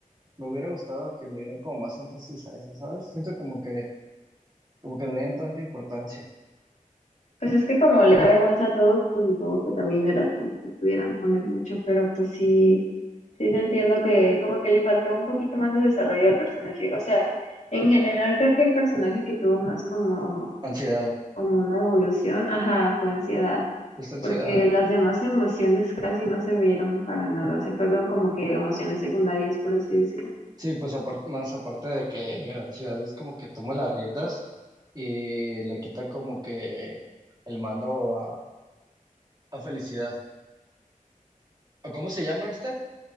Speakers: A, on the right; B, on the left.
A: me hubiera gustado que le dieran como más énfasis a esa, ¿sabes? Siento como que, como que no le dieron tanta importancia.
B: Pues es que como le da vergüenza a todo, pues supongo que también era como que pudieran poner mucho, pero pues sí, sí te entiendo que como que le faltó un poquito más de desarrollo al personaje. O sea, en general creo que el personaje que tuvo más como,
A: Ansiedad,
B: como una evolución, ajá, fue ansiedad,
A: esta ansiedad.
B: porque las demás emociones casi no se vieron para nada, se fueron como que emociones secundarias, por así decirlo.
A: Sí, pues aparte, más aparte de que ansiedad es como que toma las riendas y le quita como que el mando a, a felicidad. ¿O ¿Cómo se llama esta?